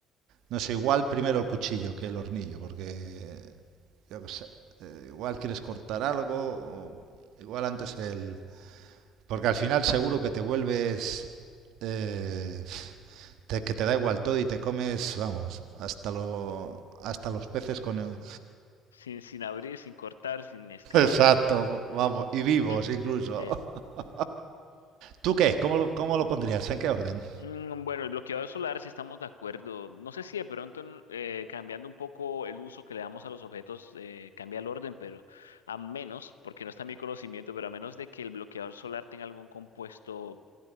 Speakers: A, on the right; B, on the left.
A: no sé, igual primero el cuchillo que el hornillo, porque yo qué sé, eh, igual quieres cortar algo, o igual antes el... Porque al final seguro que te vuelves... eh, te- que te da igual todo y te comes, vamos, hasta, lo, hasta los peces con el,
B: Sin, sin abrir, sin cortar, sin escamar.
A: Exacto, vamos, y vivos
B: <clears throat>
A: incluso.
B: Sí.
A: <laughs> ¿Tú qué? ¿Cómo, lo- cómo lo pondrías? ¿En qué orden?
B: Mm, Bueno, el bloqueador solar, si estamos de acuerdo. No sé si de pronto en- eh, cambiando un poco el uso que le damos a los objetos eh, cambia el orden, pero a menos, porque no está en mi conocimiento, pero a menos de que el bloqueador solar tenga algún compuesto